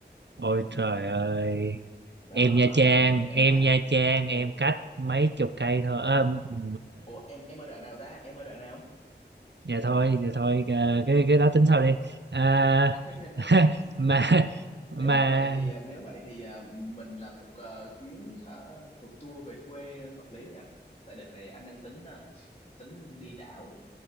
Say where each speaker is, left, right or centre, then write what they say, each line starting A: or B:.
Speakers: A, on the right; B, on the left.
A: Ôi trời ơi
B: đó
A: em Nha Trang
B: thì nên
A: em
B: là
A: Nha Trang em
B: ủa
A: cách mấy chục cây thôi à, ừ,
B: ủa em em ở đoạn nào ta em ở đoạn nào
A: dạ thôi dạ thôi à, cái cái đó tính sau đi à,
B: <laughs>
A: <laughs> mà
B: nếu
A: mà
B: mà vậy thì ờ, nếu vậy thì ờ, mình làm một ờ, chuyến hả phượt tour về quê hợp lý nha tại đợt này anh đang tính ờ, tính đi đảo